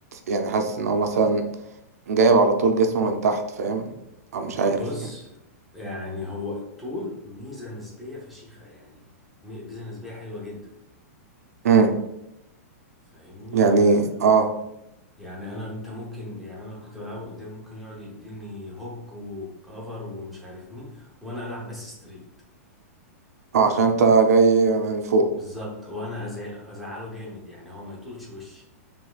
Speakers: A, on the right; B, in the centre.
A: يعني حاسس ان هو مثلا جايب على طول جسمه من تحت فاهم او مش عارف
B: بص
A: يعني
B: يعني هو الطول ميزة نسبية فشيخة يعني مي- ميزة نسبية حلوة جدا
A: امم
B: فاهمني
A: يعني
B: آه،
A: اه
B: يعني انا انت ممكن يعني انا كنت بلعبه قدام ممكن يقعد يديني هوك وكفر ومش عارف مين وانا العب بس ستريت
A: اه عشان
B: و-
A: انت جاي من فوق
B: بالظبط وانا أزع- ازعله جامد يعني هو ما يطولش وشي